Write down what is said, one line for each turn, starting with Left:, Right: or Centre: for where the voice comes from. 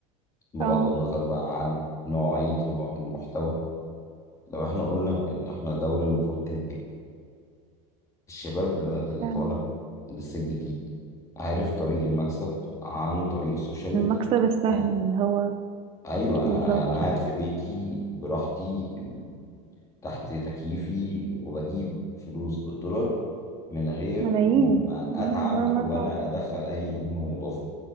Left: بغض
Right: اه
Left: النظر بقى عن نوعيه الم- المحتوى لو احنا قلنا ان احنا دوله المفروض تنتج الشباب دلوقتي اللي
Right: فعلا
Left: طالع لسه جديد عارف طريق المكسب عن طريق السوشيال ميديا
Right: المكسب السهل
Left: عن...
Right: اللي هو
Left: ايوه
Right: بالظبط
Left: انا انا قاعد في بيتي براحتي تحت تكييفي وبجيب فلوس بالدولار من غير
Right: ملايين
Left: ما
Right: مم،
Left: اتعب
Right: من غير ما
Left: ولا
Right: تعرف
Left: ادخل اي قيمه مضافه